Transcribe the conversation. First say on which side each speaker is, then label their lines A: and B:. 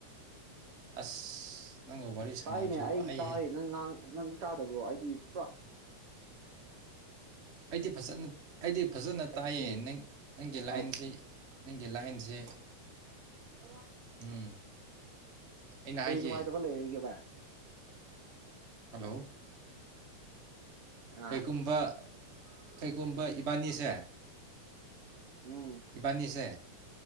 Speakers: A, on the right (about 25°); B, on the right (about 55°).
A: ꯑꯁ ꯅꯪꯒ ꯋꯥꯔꯤ ꯁꯥꯟꯅꯕꯁꯦ
B: ꯇꯥꯏꯅꯦ ꯑꯩ
A: ꯋꯥꯏꯍꯦ
B: ꯇꯥꯏ ꯅꯪ ꯅꯪꯗꯤ ꯇꯥꯗꯕ꯭ꯔꯣ ꯑꯩꯗꯤ ꯄꯨꯔꯥ
A: ꯑꯩꯗꯤ ꯐꯖꯅ ꯑꯩꯗꯤ ꯐꯖꯅ
B: ꯚꯥꯏ
A: ꯇꯥꯏꯌꯦ
B: ꯉꯁꯤꯗꯤ
A: ꯅ ꯅꯪꯒꯤ ꯂꯥꯏꯟꯁꯤ
B: ꯐꯠ
A: ꯅꯪꯒꯤ ꯂꯥꯏꯟꯁꯦ
B: ꯑ ꯋꯥ
A: ꯎꯝ ꯑꯩꯅ
B: ꯀꯩ
A: ꯍꯥꯏꯒꯦ
B: ꯅꯨꯡꯉꯥꯏꯇꯕ ꯂꯩꯔꯒꯦꯕ
A: ꯍꯜꯂꯣ
B: ꯑꯥ
A: ꯀꯩ ꯀꯨꯝꯕ ꯀꯩꯒꯨꯝꯕ ꯏꯕꯥꯅꯤꯁꯦ
B: ꯎꯝ
A: ꯏꯕꯥꯅꯤꯁ